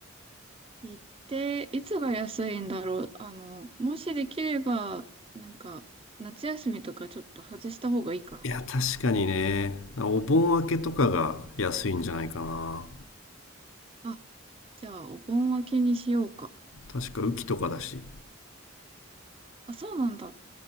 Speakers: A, on the right (about 25°); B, on the left (about 80°).
A: 行って、いつが安いんだろう。あの、もしできれば、なんか、夏休みとかちょっと外した方がいいかな。
B: いや確かにねお盆明けとかが安いんじゃないかな
A: うんあ、じゃあ、お盆明けにしようか。
B: 確か雨季とかだし
A: あ、そうなんだ。